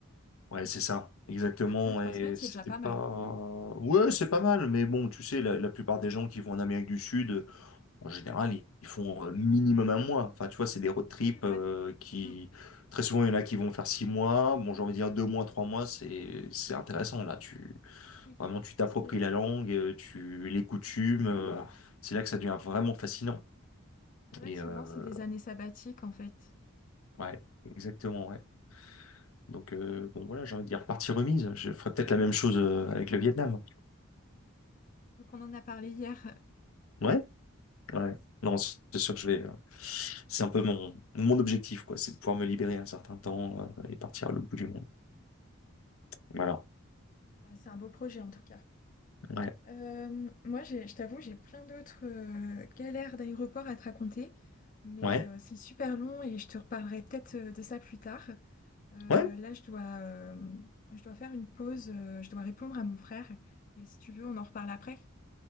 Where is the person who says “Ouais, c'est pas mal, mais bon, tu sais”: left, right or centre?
Left